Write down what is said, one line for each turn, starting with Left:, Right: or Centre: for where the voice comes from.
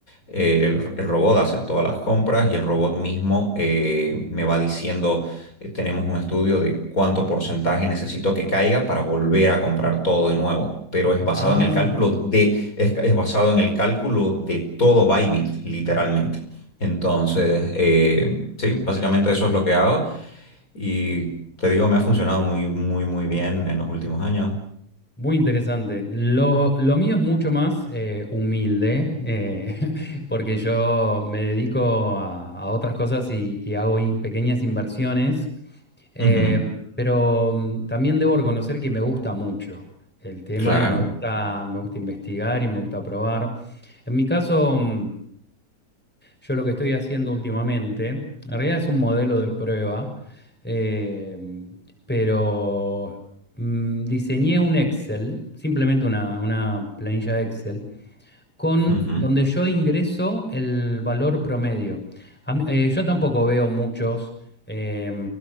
Left: Eh, el, el robot hace todas las compras y el robot mismo eh, me va diciendo eh, tenemos un estudio de cuánto porcentaje necesito que caiga para volver a comprar todo de nuevo. Pero es basado
Centre: Ah,
Left: en el cálculo de, es, es basado en el cálculo de todo Bybit, literalmente. Entonces, eh, sí, básicamente eso es lo que hago. Y te digo, me ha funcionado muy, muy, muy bien en los últimos años.
Centre: muy interesante. Lo, lo mío es mucho más eh, humilde, eh, <laughs> porque yo me dedico a, a otras cosas y, y hago i- pequeñas inversiones
Left: Ujú,
Centre: Eh, pero mm, también debo reconocer que me gusta mucho el tema
Left: claro.
Centre: y me gusta, me gusta investigar y me gusta probar. En mi caso, mm, yo lo que estoy haciendo últimamente, en realidad es un modelo de prueba, eh, pero mm, diseñé un Excel, simplemente una, una planilla Excel, con
Left: Ujú,
Centre: donde yo ingreso el valor promedio. A mí- eh, yo tampoco veo muchos eh,